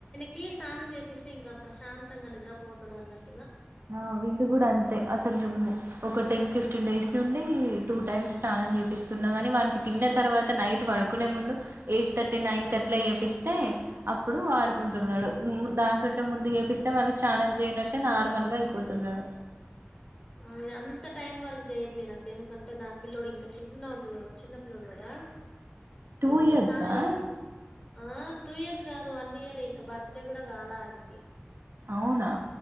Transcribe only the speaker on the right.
ఆ వీడు గూడా అంతే అసలు రిమ్మూ ఒక టెన్ ఫిఫ్టీన్ డేస్ నుండి టూ టైమ్స్ స్నానం చేపిస్తున్నా కానీ వానికి తిన్న తర్వాత నైట్ పడుకునే ముందు ఎయిట్ థర్టీ నైన్ కి అట్లా ఏపిస్తే ఇప్పుడు ఆడుకుంటున్నాడు దానికంటే ముందు ఏపిస్తే మళ్ళి స్నానం చేయనట్టే నార్మల్ గా అయిపోతున్నాడు
టూ
ఇయర్సా
అవునా